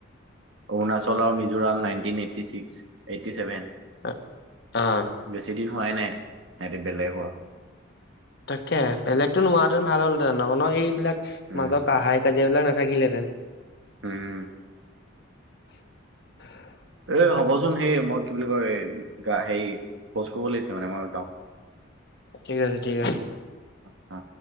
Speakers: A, on the right (about 70°); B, on the left (about 55°).
A: অৰুণাচল আৰু Mizoram ninety eighty six eighty seven.
B: অহ।
A: বেছি দিন হোৱাই নাই, সেতি বেলেগৰ
B: তাকে। বেলেগতটো নোহোৱাহেঁতেন ভাল হ'লহতেন। নহ ন এইবিলাক
A: উম
B: মাজৰ কা হাই কাজিয়া এইবিলাক না নাথাকিলেহেঁতেন।
A: উম।
B: <inaudible>
A: এ হ'বচোন সেই মই কি বুলি গা হেৰি শৌচ কৰিব লাগিছে মানে মই যাওঁ।
B: ঠিক আছে, ঠিক আছে।
A: অ।